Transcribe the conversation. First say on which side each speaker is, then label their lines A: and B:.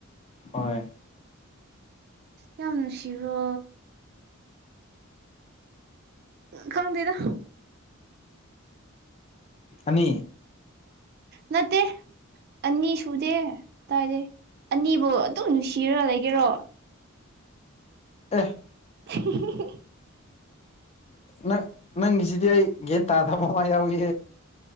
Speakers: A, on the left (about 30°); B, on the right (about 50°).
A: ꯍꯣꯏ
B: ꯌꯥꯝ ꯅꯨꯡꯁꯤꯔꯣ ꯈꯪꯗꯗ
A: ꯑꯅꯤ
B: ꯅꯠꯇꯦ ꯑꯅꯤ ꯁꯨꯗꯦ ꯀꯥꯏꯗꯦ ꯑꯅꯤꯕꯨ ꯑꯗꯨꯝ ꯅꯨꯡꯁꯤꯔ ꯂꯩꯒꯦꯔꯣ
A: ꯑ <unintelligible> <inaudible>
B: <unintelligible> <inaudible>
A: ꯪ ꯅꯪ <unintelligible> <inaudible> ꯁꯤꯗꯤ ꯑꯩ ꯒꯌꯥꯟ ꯇꯥꯗꯕ ꯑꯃ ꯌꯥꯎꯏ